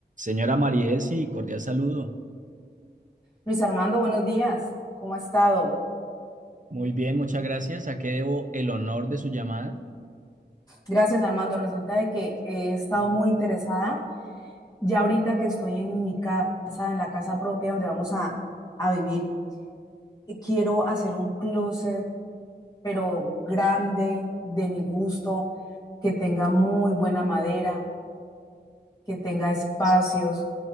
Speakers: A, on the right; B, on the left.
A: Señora Mariesi, cordial saludo.
B: Luis Armando, buenos días. ¿Cómo ha estado?
A: Muy bien, muchas gracias. ¿A qué debo el honor de su llamada?
B: Gracias, Armando. Resulta de que he estado muy interesada ya ahorita que estoy en mi casa, en la casa propia donde vamos a, a vivir. Y Quiero hacer un closet, pero grande, de mi gusto, que tenga muy buena madera, que tenga espacios.